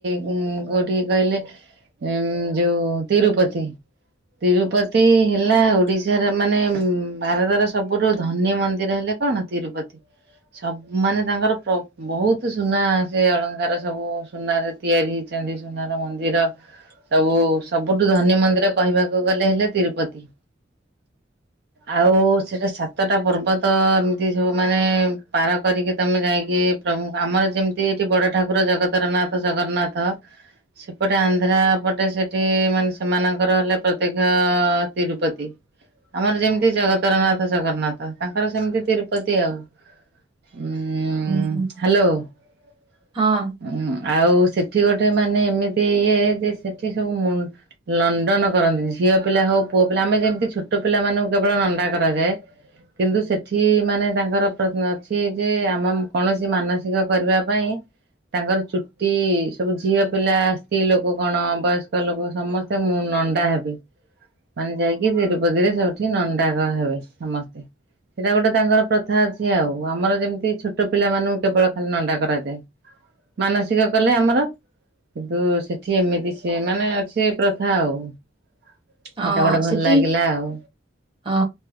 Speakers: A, on the right; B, on the right.
A: ଟିକେ କହିଲେ ଉ ଯୋଉ ତିରୁପତି ତିରୁପତି ହେଲା ଓଡ଼ିଶାର ମାନେ ଭାରତର ସବୁଠୁ ଧନୀ ମନ୍ଦିର ହେଲେ କଣ ତିରୁପତି ସବୁ ମାନେ ତାଙ୍କର ବହୁତ ସୁନା ସେ ଅଳଙ୍କାର ସବୁ ସୁନାରେ ତିଆରି ହେଇଛନ୍ତି ସୁନାର ମନ୍ଦିର ସବୁ ସବୁଠୁ ଧନୀ ମନ୍ଦିର କହିବାକୁ ଗଲେ ହେଲେ ତିରୁପତି ଆଉ ସେଟା ସାତଟା ପର୍ବ ତ ଏମିତି ସବୁ ମାନେ ପାର କରିକି ତମେ ଯାଇକି ପ୍ରୁ ଆମର ଯେମିତି ଏଠି ବଡ ଠାକୁର ଜଗତର ନାଥ ଜଗନ୍ନାଥ ସେପଟେ ଆନ୍ଧ୍ରା ପଟେ ସେଠି ମାନେ ସେମାନଙ୍କର ହେଲେ ପ୍ରତ୍ୟେକ ତିରୁପତି ଆମର ଯେମିତି ଜଗତରନାଥ ଜଗନ୍ନାଥ ତାଙ୍କର ସେମିତି ତିରୁପତି ଆଉ ଉ ହ୍ୟାଲୋ
B: ହୁଁ ହୁଁ। ହୁଁ।
A: ଉଁ
B: ହଁ
A: ଆଉ ସେଠି ଗୋଟେ ମାନେ ଏମିତି ଇଏ ଯେ ସେଠି ସବୁ ମୁ ଲଣ୍ଡନ କରନ୍ତି ଝିଅ ପିଲା ହଉ ପୁଅ ପିଲା ଆମେ ଯେମିତି ଛୋଟ ପିଲାମାନାନଙ୍କୁ କେବଳ ନଣ୍ଡା କରାଯାଏ କିନ୍ତୁ ସେଠି ମାନେ ତାଙ୍କର ପ୍ରଶ୍ନ ଅଛି ଯେ ଆମ କୌଣସି ମାନସିକ କରିବା ପାଇଁ ତାଙ୍କର ଚୁଟି ସବୁ ଝିଅ ପିଲା ସ୍ତ୍ରୀ ଲୋକ କଣ ବୟସ୍କ ଲୋକ ସମସ୍ତେ ମୁଁ ନଣ୍ଡା ହେବି ମାନେ ଯାଇକି ସେ ରୁପତିରେ ସବୁଠି ନଣ୍ଡାକ ହେବେ ସମସ୍ତେ ସେଇଟା ଗୋଟେ ତାଙ୍କର ପ୍ରଥା ଅଛି ସେ ଆଉ ଆମର ଯେମିତି ଛୋଟ ପିଲାମାନଙ୍କୁ କେବଳ ଖାଲି ନଣ୍ଡା କରାଯାଏ ମାନସିକ କଲେ ଆମର କିନ୍ତୁ ସେଠି ଏମିତି ସି ମାନେ ଅ ସେ ପ୍ରଥା ଆଉ ସେଇଟା
B: ହଁ
A: ଗୋଟେ ଭଲ
B: ସେଠି
A: ଲାଗିଲା ଆଉ
B: ହ